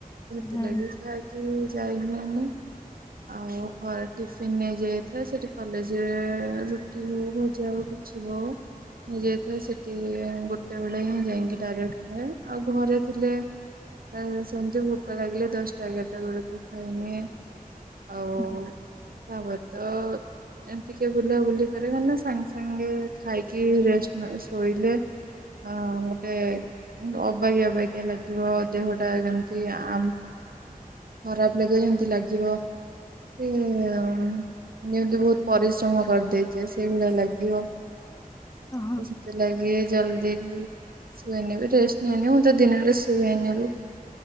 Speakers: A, on the right (about 75°); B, on the left (about 20°).
A: ଥିଲେବି
B: ହୁଁ
A: ଖାଇକି ଯାଇ ହୁଏନି। ଆଉ ଘର ଟିଫିିନ ନେଇଯାଇଥାଏ ସେଠି କଲେଜରେ ରୁଟି ହଉ ଭଜା ହଉ କିଛିବି ହଉ ନେଇ ଯାଇଥାଏ ସେଠି ଗୋଟେବେଳେ ହିଁ ଯାଇକି ଡାଇରେକ୍ଟ ଖାଏ ଆଉ ଘରେ ଥିଲେ ଆମେ ସେମିତି ଭୋକ ଲାଗିଲେ ଦଶଟା ଏଗାରଟା ବେଳକୁ ଖାଇନିଏ। ଆଉ
B: ହୁଁ,
A: ତାପରେ ତ ଏମ ଟିକେ ବୁଲାବୁଲି କରେ ହେଲେ ସାଙ୍ଗେ ସାଙ୍ଗେ ଖାଇକି ରେଷ୍ଟ ନେ ଶୋଇଲେ ହଁ ଗୋଟେ ଅବାକିଆ ଅବାକିଆ ଲାଗିବ ଦେହ ଟା ଯେମତି ଆଉ ଆମ ଖରାପ ଲାଗିବ ଯେମିତି ଲାଗିବକି ଯେମିତି ବହୁତ ପରିଶ୍ରମ କରିଦେଛି ସେଇଭଳିଆ ଲାଗିବ।
B: ହଁ।
A: ତ ସେଥି ଲାଗି ଜଲଦି ଶୁଏନିବି ରେଷ୍ଟ ନିଏନିବି ଆଉ ତ ଦିନବେଳେ ଶୁଏନିବି।